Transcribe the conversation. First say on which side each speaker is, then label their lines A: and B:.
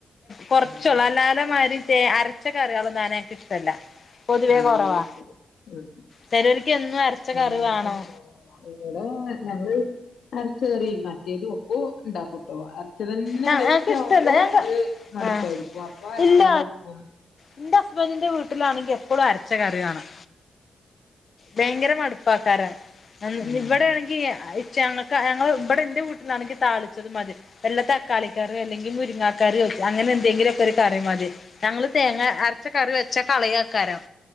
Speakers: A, on the left (about 50°); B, on the left (about 75°).
A: കുറച്ചള്ളൂ
B: ഉം
A: അല്ലാലെമാതിരി അരച്ച കറികളുംന്നാന എനിക്ക് ഇഷ്ടമല്ല പൊതുവേ
B: അങ്ങനെ
A: കുറവാ
B: ശരി ഉം
A: ചിലോര്ക്ക് എന്നും അരച്ച കറിവാണം
B: ഞങ്ങൾക്ക് ആഹ് ഇവിടെ ഞങ്ങൾ അരച്ച കറി മറ്റേത് ഒക്ക ഇണ്ടാക്കും ട്ടോ അരച്ച തന്നെ
A: ഞങ്ങക്ക്
B: അടവിച്ചാവുമ്പോ
A: ഇഷ്ടല്ല ഞങ്ങക്ക്
B: ഒരു മടുപ്പായിരിക്കും
A: ആഹ്
B: അപ്പൊ അരക്കാതെ
A: ഇല്ല
B: വെയ്ക്കും
A: എന്റെ ഹസ്ബന്റെ വീട്ടിലാണെങ്കിൽ എപ്പോഴും അരച്ച കറി വേണം ഭയങ്കര മടുപ്പാകാരം
B: ഉം
A: ഇവിടെ ആണെങ്കിച്ച ഞങ്ങൾ ഇവിടെ എന്റെ വീട്ടിലാണെങ്കിൽ താളിച്ചത് മതി വല്ല തക്കാളിക്കാറീ അല്ലെങ്കിൽ മുരിങ്ങ കറി കറി യൊ അങ്ങനെ എന്തെങ്കിലൊക്കെ ഒരു കറി മതി ഞങ്ങങ്ങള് തേങ്ങ അരച്ച കറി പച്ച കളിയേകാരം